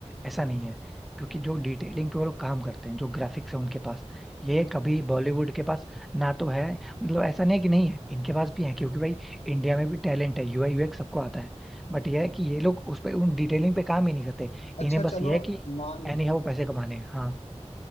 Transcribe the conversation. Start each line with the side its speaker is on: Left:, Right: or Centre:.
Centre: ऐसा नहीं है क्योंकि जो डिटेलिंग पे वो लोग काम करते हैं जो ग्राफिक्स है उनके पास ये कभी बॉलीवुड के पास ना तो है मतलब ऐसा नहीं है कि नहीं है इनके पास भी है क्योंकि भाई इंडिया में भी टैलेंट है यूआई यूएक्स सबको आता है बट ये है कि ये लोग उस पे उन डिटेलिंग पे काम ही नहीं करते
Left: अच्छा
Centre: इन्हें बस
Left: चलो
Centre: ये है कि
Left: मान लेते
Centre: एनी हाउ
Left: हैं
Centre: पैसे कमाने हैं। हाँ